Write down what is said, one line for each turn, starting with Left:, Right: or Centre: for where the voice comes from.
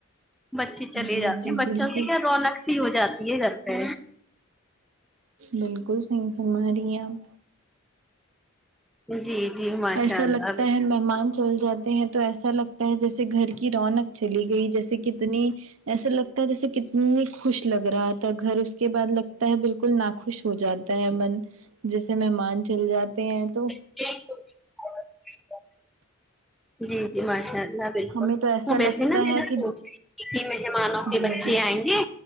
Centre: بچے چلے
Right: جی
Centre: جاتے
Right: جی
Centre: ہیں بچوں
Right: بالکل
Centre: سے کیا رونق س ہی ہو جاتی ہے گھر پہ
Right: بالکل صحیح فرما رہی ہیں آپ
Centre: جی جی ماشاء
Right: ایسا لگتا
Centre: اللہ
Right: ہے مہمان چل جاتے ہیں تو ایسا لگ جیسے گھر کی رونق چلی گئی جیسے کہ اتنی ایسا لگتا ہے جیسے کتنی خوش لگ رہا تھا گھر اس کے بعد لگتا ہے بالکل نا خوش ہو جاتا ہے من جیسے مہمان چل جاتے ہیں تو
Centre: <unintelligible> جی جی ماشاء اللہ بالکل
Right: ہمیں تو ایسا
Centre: وہ ویسے
Right: لگتا
Centre: نا میں
Right: ہے
Centre: نہ
Right: کہ
Centre: سوچ رہی تھی کہ مہمانوں
Right: جی
Centre: کے بچے
Right: جی
Centre: آئیں گے